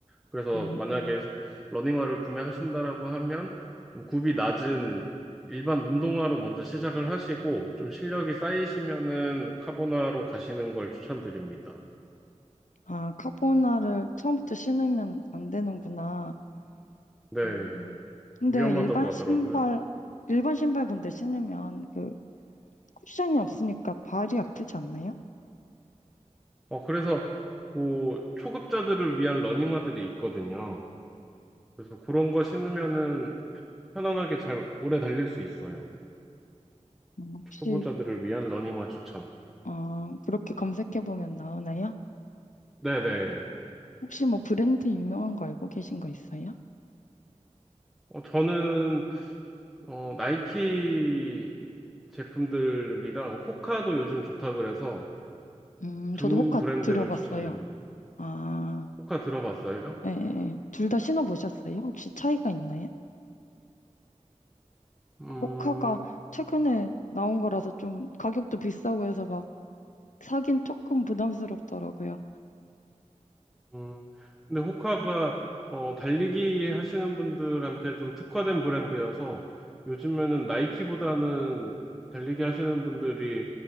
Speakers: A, in the centre; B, on the left.
A: 그래서
B: 음.
A: 만약에 러닝화를 구매하신다라고 하면 좀 굽이 낮은 일반 운동화로 먼저 시작을 하시고 좀 실력이 쌓이시면은 카보나로 가시는 걸 추천드립니다.
B: 아, 카보나를 처음부터 신으면 안 되는구나.
A: 네,
B: 음. 근데
A: 위험하다고
B: 일반
A: 하더라고요.
B: 신발, 일반 신발 근데 신으면 그 쿠션이 없으니까 발이 아프지 않나요?
A: 어, 그래서 그 초급자들을 위한 러닝화들이 있거든요. 그래서 그런 거 신으면은 편안하게 잘 오래 달릴 수 있어요.
B: 음, 혹시
A: 초보자들을 위한 러닝화 추천.
B: 아, 그렇게 검색해보면 나오나요?
A: 네네.
B: 혹시 뭐 브랜드 유명한 거 알고 계신 거 있어요?
A: 어, 저는 어, 나이키 제품들이랑 호카도 요즘 좋다 그래서
B: 음,
A: 두
B: 저도 호카
A: 브랜드를
B: 들어봤어요.
A: 추천드립니다.
B: 아,
A: 호카 들어봤어요?
B: 예, 예. 예. 둘 다 신어보셨어요? 혹시 차이가 있나요?
A: 음,
B: 호카가 최근에 나온 거라서 좀 가격도 비싸고 해서 막 사긴 조금 부담스럽더라고요.
A: 음. 근데 호카가 어, 달리기 하시는 분들한테 좀 특화된 브랜드여서 요즘에는 나이키보다는 달리기 하시는 분들이